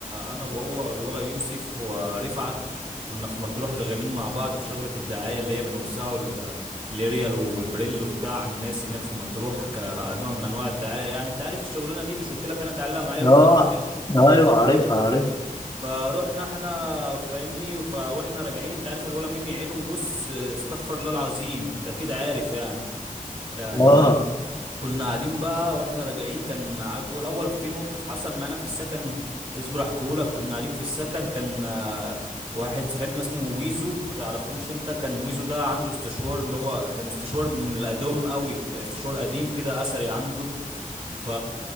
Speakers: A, on the right (about 45°); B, on the left (about 30°).
A: انا وهو الولا يوسف ورفعت كنا في مطروح شغالين مع بعض في شغلة الدعاية اللي هي بنوزعه ال- الاريال والبريل وبتاع على الناس هناك في مطروح كنوع من انواع الدعاية يعني انت عارف الشغلانة دي مش قلت لك انا تعالى معايا وانت
B: اه
A: ما رضيتش
B: ايوه عارفها عارف
A: فروحنا احنا فاهمني ف- واحنا راجعين انت عارف الولا ميمي عينه بص استغفر الله العظيم انت كده عارف يعني يعني
B: اه
A: كنا قاعدين بقى واحنا راجعين كان عاجبه الاول في موقف حصل معانا في السكن اصبر احكيهولك كنا قاعدين في السكن كان آه، واحد صاحبنا اسمه ويزو ما تعرفوش انت كان ويزو ده عنده استشوار اللي هو كان استشوار من القديم قوي استشوار قديم كده اثري عنده ف...